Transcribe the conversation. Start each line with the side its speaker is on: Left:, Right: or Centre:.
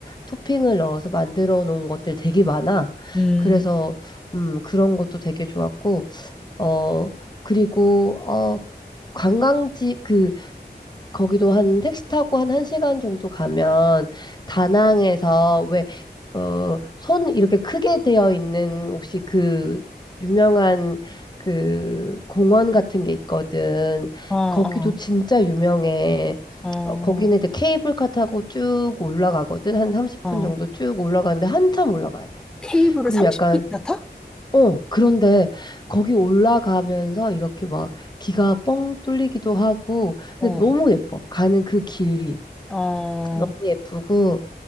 Left: 토핑을 넣어서 만들어 놓은 것들 되게 많아.
Centre: 음,
Left: 그래서, 음, 그런 것도 되게 좋았고, 어, 그리고, 어, 관광지, 그, 거기도 한 택시 타고 한 1시간 정도 가면 다낭에서 왜, 어, 손 이렇게 크게 되어 있는 혹시 그 유명한 그 공원 같은 게 있거든.
Centre: 어, 어,
Left: 거기도 진짜 유명해.
Centre: 어,
Left: 어, 거기는 이제 케이블카 타고 쭉 올라가거든. 한 30분
Centre: 어.
Left: 정도 쭉 올라가는데 한참 올라가야 돼.
Centre: 케이블을
Left: 그럼
Centre: 30분이나
Left: 약간
Centre: 타?
Left: 어, 그런데 거기 올라가면서 이렇게 막 기가 뻥 뚫리기도 하고,
Centre: 어,
Left: 근데 너무 예뻐. 가는 그 길이.
Centre: 어,
Left: 너무 예쁘고,